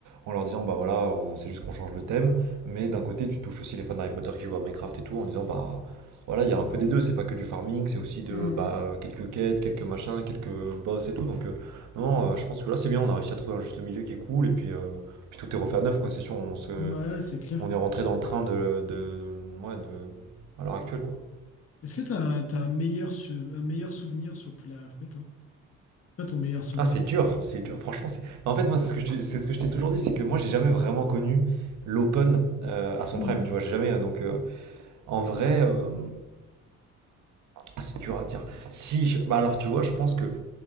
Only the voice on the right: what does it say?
en leur disant, bah voilà, on c'est juste qu'on change le thème. Mais d'un côté, tu touches aussi les fans d'Harry Potter qui jouent à Minecraft et tout, en disant, bah voilà, il y a un peu des deux, c'est pas que du farming, c'est aussi de,
bah, quelques quêtes, quelques machins, quelques boss et tout. Donc, euh, non, euh, je pense que là c'est bien, on a réussi à trouver un juste milieu qui est cool et puis, euh, puis tout est refait à neuf quoi, c'est sûr, on se,
on est rentré dans le train de, de, ouais, de, à l'heure actuelle quoi.
Ah c'est dur, c'est dur, franchement c'est. Mais en fait moi c'est ce que je te- c'est ce que je t'ai toujours dit, c'est que moi j'ai jamais vraiment connu l'open euh, à son
prime, tu vois, j'ai jamais euh, donc euh, en vrai euh, ah, c'est dur à dire. Si je- bah alors tu vois, je pense que